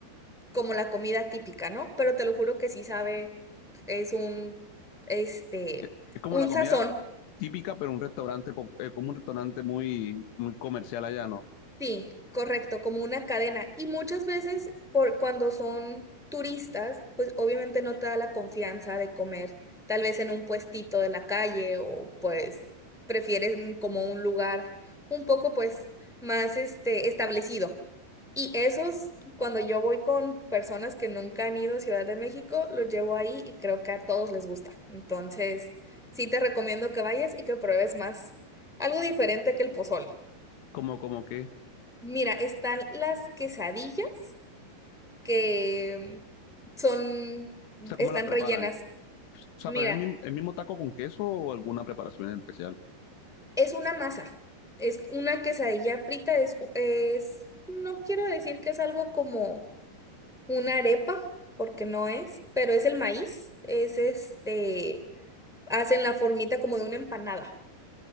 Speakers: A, in the centre; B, on the left.
A: como la comida típica, ¿no? Pero te lo juro que sí sabe, es un, este,
B: Es, es como
A: un
B: la comida
A: sazón.
B: típica, pero un restaurante, popu- eh, como un restaurante muy, muy comercial allá, ¿no?
A: Sí, correcto, como una cadena. Y muchas veces, por cuando son turistas, pues obviamente no te da la confianza de comer, tal vez en un puestito de la calle o pues prefieren como un lugar un poco pues más este establecido. Y esos, cuando yo voy con personas que nunca han ido a Ciudad de México, los llevo ahí y creo que a todos les gusta. Entonces, sí te recomiendo que vayas y que pruebes más algo diferente que el pozole.
B: Como, como que,
A: Mira, están las quesadillas que son,
B: o sea, ¿cómo
A: están
B: la preparan?
A: rellenas.
B: O sea,
A: Mira,
B: pero es el mismo, el mismo taco con queso o alguna preparación especial.
A: es una masa, es una quesadilla frita, es, es, no quiero decir que es algo como una arepa, porque no es, pero es el maíz, es este, hacen la formita como de una empanada,